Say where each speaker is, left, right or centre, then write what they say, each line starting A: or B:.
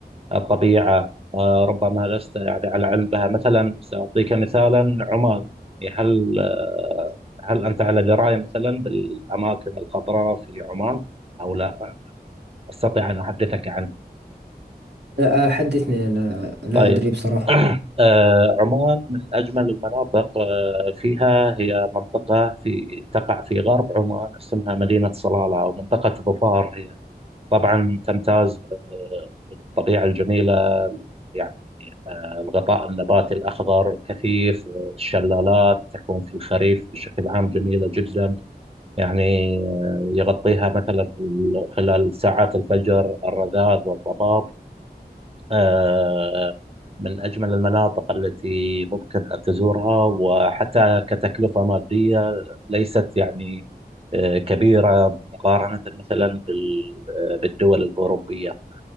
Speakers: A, on the right (about 35°); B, on the right (about 80°).
A: الطبيعة آه ربما لست يعني على علم بها مثلا سأعطيك مثالا عمان يعني هل آه هل أنت على دراية مثلا بالأماكن الخضراء في عمان أو لا أستطيع أن أحدثك عنها
B: آه، آه، حدثني أنا لا
A: طيب
B: أدري بصراحة
A: <clears throat> آه، عمان من أجمل المناطق آه، فيها هي منطقة في تقع في غرب عمان اسمها مدينة صلالة أو منطقة ظفار هي طبعا تمتاز ب- ب- بالطبيعة الجميلة يعني آه، الغطاء النباتي الأخضر الكثيف آه، الشلالات تكون في الخريف بشكل عام جميلة جدا يعني آه، يغطيها مثلا في ال- خلال ساعات الفجر الرذاذ والضباب آه، من أجمل المناطق التي ممكن أن تزورها وحتى كتكلفة مادية ليست يعني آه، كبيرة مقارنة مثلا بال- آه، بالدول الأوروبية